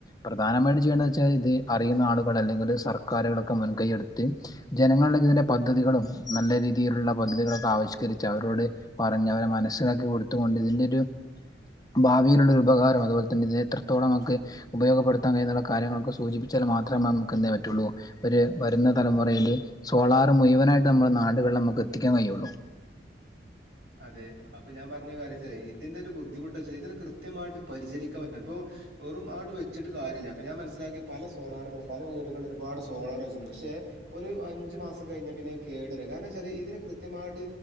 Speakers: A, on the left (about 20°); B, on the right (about 70°).
A: പ്രധാനമായിട്ട് ചെയ്യേണ്ടെന്ന് വെച്ചാൽ ഇത് അറിയുന്ന ആളുകള് അല്ലെങ്കില് സർക്കാരുകളൊക്കെ മുൻകയ്യെടുത്ത് ജനങ്ങളോട് ഇതിൻ്റെ പദ്ധതികളും നല്ല രീതിയിലുള്ള പദ്ധതികളൊക്കെ ആവിഷ്കരിച്ച് അവരോട് പറഞ്ഞവരെ മനസ്സിലാക്കി കൊടുത്തുകൊണ്ട് ഇതിന്റെ ഒരു ഭാവിയിലുള്ളൊരു ഉപകാരം, അതുപോലെത്തന്നെ ഇതിനെ എത്രത്തോളം നമുക്ക് ഉപയോഗപ്പെടുത്താൻ കഴിയുന്നുള്ള കാര്യങ്ങളൊക്കെ സൂചിപ്പിച്ചാൽ മാത്രമേ നമുക്ക് എന്തയ്യാൻ പറ്റുള്ളൂ ഒര് വരുന്ന തലമുറയില്, സോളാർ മുഴുവനായിട്ട് നമ്മുടെ നാടുകളില് നമുക്ക് എത്തിക്കാൻ കഴിയുള്ളൂ.
B: അതെ. അപ്പൊ ഞാൻ പറഞ്ഞ കാര്യച്ചാലെ, ഇതിന്റെ ഒരു ബുദ്ധിമുട്ടെച്ചാല് ഇതിന് കൃത്യമായിട്ട് പരിചരിക്കാൻ പറ്റുല, അപ്പൊ വെറും ആട്ട് വെച്ച്ട്ട് കാര്യല്ല, അപ്പൊ ഞാൻ മനസ്സിലാക്കി പല സോളാറുകളും പല വീടുകളില് ഒരുപാട് സോളാറ് വെച്ചിട്ടുണ്ട് പക്ഷെ ഒരു അഞ്ചു മാസം കഴിഞ്ഞാൽ പിന്നെ കേടുര കാരണം ച്ചാല് ഇതിനെ കൃത്യമായിട്ട്